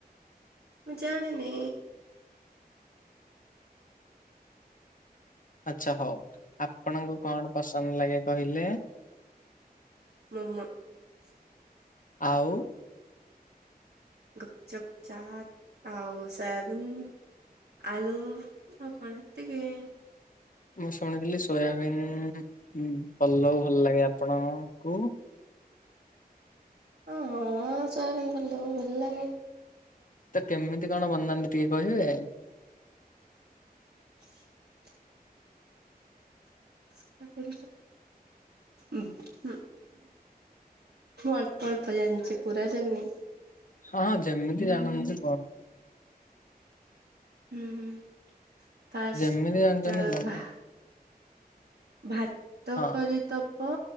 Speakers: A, on the right; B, on the left.
A: ମୁଁ ଜାଣିନି।
B: ଆଚ୍ଛା ହଉ ଆପଣଙ୍କୁ କଣ ପସନ୍ଦ ଲାଗେ କହିଲେ?
A: <unintelligible>
B: ଆଉ?
A: ଗୁପଚୁପ ଚାଟ ଆଉ ସୋୟାବିନ ଆଳୁ ତ କଣ <unintelligible>
B: ମୁଁ ଶୁଣିଥିଲି ସୋୟାବିନ୍ ପଲଉ ଭଲ ଲାଗେ ଆପଣଙ୍କୁ।
A: ଓ ହୋ ସୋୟାବିନ ପଲଉ ଭଲ ଲାଗେ।
B: ତ କେମିତି କଣ ବନାନ୍ତି ଟିକେ କହିବେ?
A: <inaudible> <inaudible> ହଁ ମୁଁ ଅଳ୍ପ ଅଳ୍ପ ଯାଣିଛି ପୁରାଜାଣିନି।
B: ହଁ ହଁ ଯେମିତି ଜାଣନ୍ତି କଣ
A: ହୁଁ ହୁଁ ପାଷ୍ଟ
B: ଯେମିତି ଜାଣିଛନ୍ତି କୁହନ୍ତୁ
A: ବା ଭାତ
B: ହଁ
A: କରିଦବ